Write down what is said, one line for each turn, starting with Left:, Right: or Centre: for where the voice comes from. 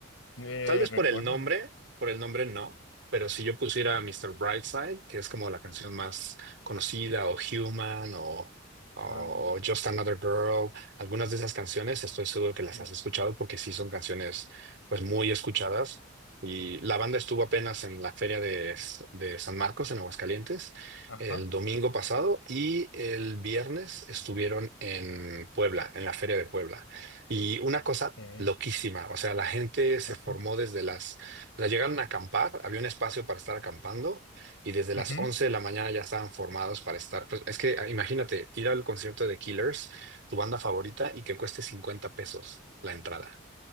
Left: Eh,
Right: Tal vez
Left: recuerdo.
Right: por el nombre, por el nombre no, pero si yo pusiera
Left: Ajá.
Right: Mr. Brightside, que es como la canción más conocida, o Human, o, o
Left: ah,
Right: Just Another Girl, algunas de esas canciones estoy seguro que las
Left: sí,
Right: has escuchado porque sí son canciones pues muy escuchadas. Y la banda estuvo apenas
Left: mm,
Right: en la feria de, de San Marcos, en Aguascalientes,
Left: Ajá.
Right: el domingo pasado y el viernes estuvieron en Puebla, en la feria de Puebla. Y una cosa
Left: eh,
Right: loquísima, o sea, la gente se
Left: ajá.
Right: formó desde las, o sea, llegaron a acampar, había un espacio para estar acampando y desde las
Left: ujú.
Right: 11 de la mañana ya estaban formados para estar, pues es que ah, imagínate, ir al concierto de Killers, tu banda favorita, y que cueste 50 pesos la entrada.